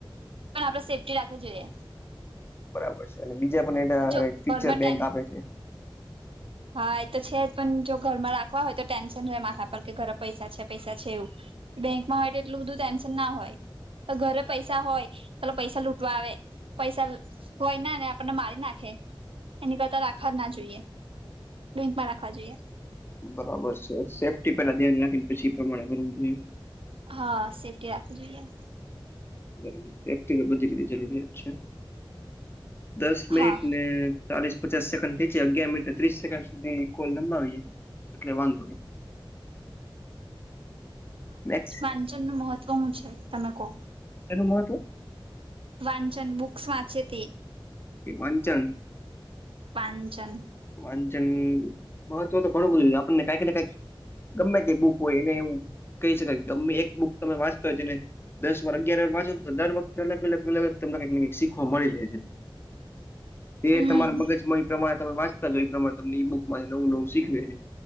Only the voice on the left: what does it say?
બરાબર છે અને બીજા પણ
એ ફીચર
બેંક
આપે છે.
બરાબર છે સેફ્ટી પેલા ધ્યાન રાખીને પછી એ પ્રમાણે કરવું જોઈએ.
બરાબર સેફ્ટી કે બધી રી જરૂરિયાત છે દસ મિનિટ
ને ચાલીસ પચાસ સેકન્ડ થી અગિયાર મિનટ ત્રીસ સેકન્ડ સુધી કોલ નંબીએ એટલે વાંધો નહી. મેક્સ
શેનું મહત્વું.
વાંચન.
વાંચન મહત્વ તો ઘણું બધું આપણને કઈક ને કઈક. ગમે તે બુક હોય એને એવું કહી શકાય ગમે એક બુક તમે વાંચતા હોય તેને દસ વાર અગયાર વાંો તો દર વખતે અલગ અલ અલગ તમને કંઈકને કંઈ શીખવા મળી રહે છે. તે
તમારા મગજમાં એ પ્રમાણે તમે વાંચતા એ પ્રમાણે તમને બુકમાં નવું નવું શીખવે છે.